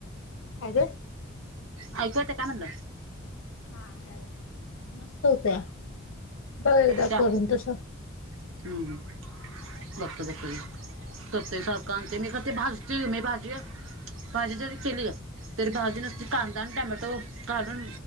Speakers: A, on the left; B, on the right.
A: आज
B: आवाज येतोय काय म्हणल
A: हू यालाय मस्त हूतया बघ एकदा
B: त्या
A: करून तस
B: हं, हं. बघतो बघतो घे चुकतंय का
A: हम्म.
B: ते आमच मी का ते भाज त मी भाजूया भाजी जरी केली का तरी भाजी कांदा आणि टोमॅटो घालून